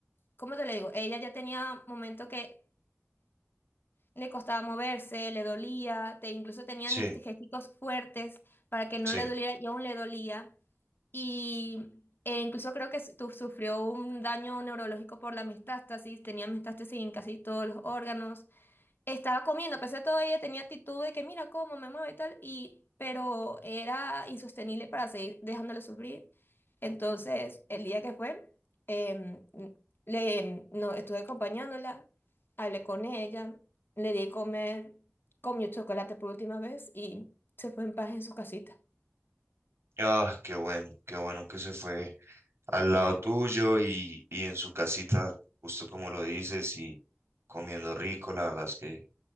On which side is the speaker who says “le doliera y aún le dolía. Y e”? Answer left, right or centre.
Left